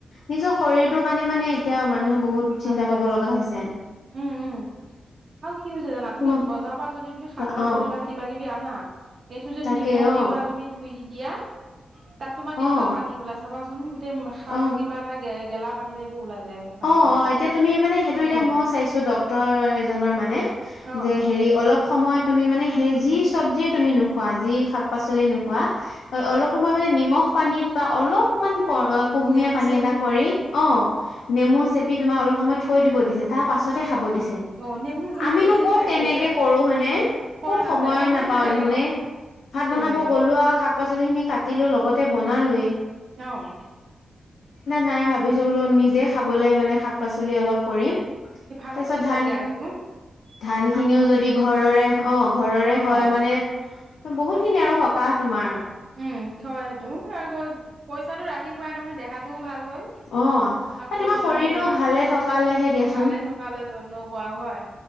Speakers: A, on the left (about 85°); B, on the right (about 50°).
A: নিজৰ শৰীৰটোৰ কাৰণে মানে এতিয়া মানুহে বহুত
B: ভাল
A: চিন্তা
B: হৈ
A: কৰিব
B: আছে
A: লগা হৈছে
B: উম! উম! আৰু কি হৈছে জানা তুমি
A: তোমাক
B: বজাৰৰ পৰা যদি তুমি শাক
A: অ',
B: -পাচলি বা কিবা কিবি আনা উ <inaudible> এইটো যদি
A: তাকে
B: নিমখ
A: অ',
B: দিবা তুমি ধুই দি তিয়াহ তাত তোমাৰ
A: অ',
B: কেনেকুৱা পানী ওলাই চাবাচোন? এয়া সাৰৰ
A: অ',
B: কিবা এটা গেলা পানী টাইপো ওলাই যায়। পানীটো
A: অ', অ', তুমি মানে সেইটো এতিয়া
B: উম
A: ময়ো চাইছো ডক্তৰ এজনৰ মানে মানে
B: অ
A: যে হেৰি অলপ সময় তুমি মানে সেই যি চবজিয়ে তুমি নোখোৱা, যি শাক পাচলিয়ে নোখোৱা অ অলপ সময় মানে নিমখ পানীত বা অলপমান ক কুহুমীয়া
B: নেমু
A: পানী
B: চেমু
A: এটা কৰি, অ মু চেপি তোমাৰ অলপ সময় থৈ দিব দিছে। তাৰ পাছতহে
B: সেইটোৱে
A: খাব দিছে।
B: অ নেমুটো তোমাৰ
A: আমিনো
B: এচিড
A: ক'ত
B: থাকে
A: তেনেকে
B: যে
A: কৰো হয়নে?
B: কৰা
A: ক'ত
B: নাযায়
A: সময় নাপাও
B: নাথাকে
A: দেছোন।
B: ন
A: এই ভাত
B: সেইটোৱে
A: বনাব গলো আৰু শাক শাক-পাচলি খিনি কাটি লৈ লগতে বনালোৱেই।
B: অহ
A: নাই ভাবিছো বোলো নিজে খাবলৈ মানে শাক পাচলি অলপ কৰিম
B: ভাল
A: তাৰ পিছত
B: কৰিছা
A: ধান,
B: দিয়া সেইটো
A: ধান
B: কামতেও
A: খিনিও যদি ঘৰৰে অ ঘৰৰে
B: অ
A: হয় মানে বহুত খিনি আৰু সকাহ তোমাৰ
B: উম থয় সেইটো। আগত পইচাটো ৰাখি শিকোৱাই নহয় দেহাটোও ভাল হ'ল।
A: অ
B: আকৌ তোমাৰ
A: শৰীৰটো
B: বেমাৰ।
A: ভালে থকালেহে দিয়াচোন
B: ভালে থকালে যত্ন কৰাও হয়?